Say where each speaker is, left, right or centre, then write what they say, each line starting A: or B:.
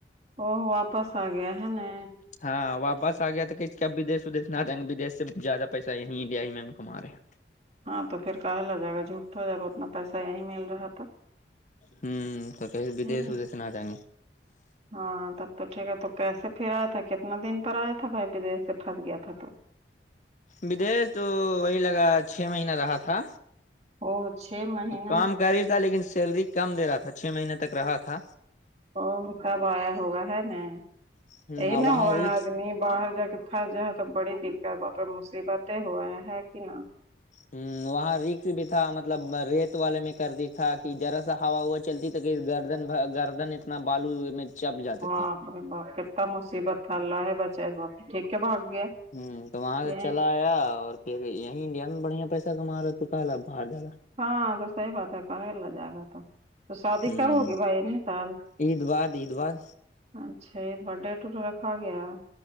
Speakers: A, on the right; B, on the left.
A: ا واپس آ گیا ہے نا
B: ہاں واپس آ گیا تھا کہ اس کے اپ ودش ودش نہ جائیں گے بدی سے زیادہ پیسہ یہیں انڈیا ہی میں ہم کماے ہیں
A: ہاں تو پھر کہلا جائے گا جھوٹ ہو جائے گا اتنا پیسہ یہیں مل رہا تھا
B: ہوں تو کہ ودش
A: نا
B: ودیش نہ آ جائیں گے
A: ہاں تب تو ٹھیک ہے تو کیسے پھر آیا تھا کتنا دن پر آیا تھا بھائی بدیش سے پھنس گیا تھا تو
B: بدش تو وہی لگا چھ مہین رہا تھا
A: او چھ مہینہ
B: کام گ تھا لیکن سیلری کم دے رہا تھا چھ مہینے تک رہا تھا
A: ا تب آیا ہوگا ہے نا
B: ہ
A: یہی نہ
B: وہاں
A: ہوا
B: رکس
A: آدمی باہر جا کے تھس جا تو بڑی دقت ہے باپ مصیبت ہی ہوا ہے کہ نہ
B: ہ وہاں رکس بھی تھا مطلب ریت والے میں کر دی تھا کہ ذرا سا ہوا ہوا چلتی تک کہ گردن گردن اتنا بالو چپ جاتے
A: وخ
B: تھے
A: بت مصیبت ہے اللہ ہے بچ ہے واق ٹھیک ہے ب آ گیا
B: ہوں تو وہاں سے
A: یہ
B: چلا آیا اور پھر یہیں انڈیا میں بڑیا پیسہ کما تو کہالا باہر جا
A: ہاں تو صحی بات ہے کہے ل جائے گا تو تو شادی
B: ہ
A: کیا ہوگی بھائی سال
B: عید باد عید باد
A: اچھا یہ ب ڈے ٹٹ رکھا گیا ہے